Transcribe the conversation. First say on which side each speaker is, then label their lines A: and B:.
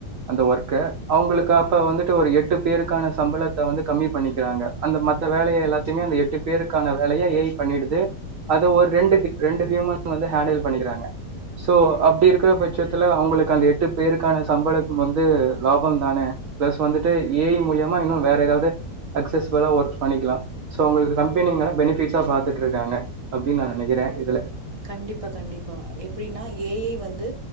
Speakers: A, on the right (about 70°); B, on the right (about 40°).
A: அந்த ஒர்க் க அவுங்ளுக்கு அப்ப வந்துட்டு ஒரு எட்டு பேருகான சம்பளத்த வந்து கம்மி பண்ணிக்கிறாங்க அந்த மத்த வேலய எல்லாதையுமே அந்த எட்டு பேருகான வேலய ஏ ஐ பண்ணிடுது அத ஒரு ரெண்டு ரெண்டு ஹூமன் வந்து ஹேண்டில் பண்ணிக்றாங்க சோ அப்டி இருக்ற பட்சதுல அவுங்ளுக்கு அந்த எட்டு பேருகான சம்பளம் வந்து லாபமந்தானே ப்ளஸ் வந்துட்டு ஏ ஐ மூலியமா இன்னு வேற எதாவது சக்சஸ்புல்லா ஒர்க் பண்ணிக்லா சோ அவுங்ளுக்கு கம்பெனிங்ல பெனிஃபிட்ஸா பாத்துட்ருகாங்க அப்டினு நா நெனக்றே இதல
B: கண்டிப்பா கண்டிப்பா எப்டினா ஏ ஐ வந்து